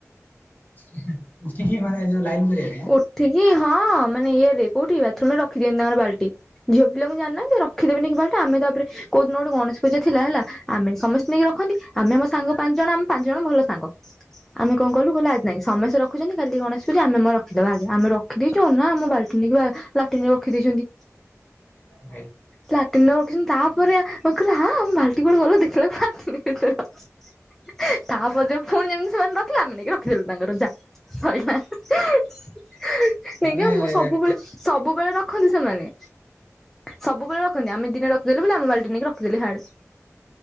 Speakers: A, on the left; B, in the centre.
A: ହୁଁ, ହୁଁ, ଉଠିକି ମାନେ ଯୋଉ ଲାଇନ୍ କରିବା ପାଇଁ।
B: ଉଠିକି ହଁ, ମାନେ ଇଏ ରେ କୋଉଠି ବାଥରୁମ ରେ ରଖିଦିଅନ୍ତି ତାଙ୍କର ବାଲ୍ଟି ଝିଅ ପିଲାଙ୍କୁ ଜାଣିନା ଯେ ରଖିଦେବେ ନେଇକି ବାଲ୍ଟି ଆମେ ତାପରେ କୋଉ ଦିନ ଗୋଟେ ଗଣେଶ ପୂଜା ଥିଲା ହେଲା ଆମେ ସମସ୍ତେ ନେଇକି ରଖନ୍ତି଼ ଆମେ ଆମସାଙ୍ଗ ପାଞ୍ଚଜଣ ଆମେ ପାଞ୍ଚଜଣ ଭଲ ସାଙ୍ଗ। ଆମେ କଣ କହିଲୁ କହିଲେ ଆଜି ନାଇଁ ସମସ୍ତେ ରଖୁଛନ୍ତି କାଲି ଗଣେଷ ପୂଜା ଆମେ ଆମର ଦବଆଜି ଆମେ ରଖିଦେଇଛୁ କଣ ନା ଆମ ବାଲ୍ଟି ଆଜି ଲାଟିନରେ ରଖିଦେଇଛନ୍ତି।
A: ପାଇଁ ଭାଇ
B: ଲାଟିନରେ ରଖିଛନ୍ତି ତା ତାପରେ ଆମେ କହିଲୁ ଆ, ଆମ ବାଲ୍ଟି କୁଆଡେଗଲା ଦେଖିଲା ବେଳକୁ ଲାଟିନ ଭିତରେ ଅଛି। ତାପରଦିନ ପୁଣି ଯେମିତି ସେମାନେ ରଖିଲେ ଆମେ ନେଇକି ରଖିଦେଲୁ ତାଙ୍କର ଯା ସଇଲା। ନାଇ,
A: ମାନେ
B: ଆଜ୍ଞା
A: ହଁ
B: ସବୁବେଳେ ସବୁବେଳେ ରଖନ୍ତି ସେମାନେ ସବୁବେଳେ ରଖନ୍ତି ଆମେ ଦିନେରଖିଦେଲୁ ବୋଲି ଆମ ବାଲଟି ନେଇକ ରଖିଦେଲେ ହାଡେ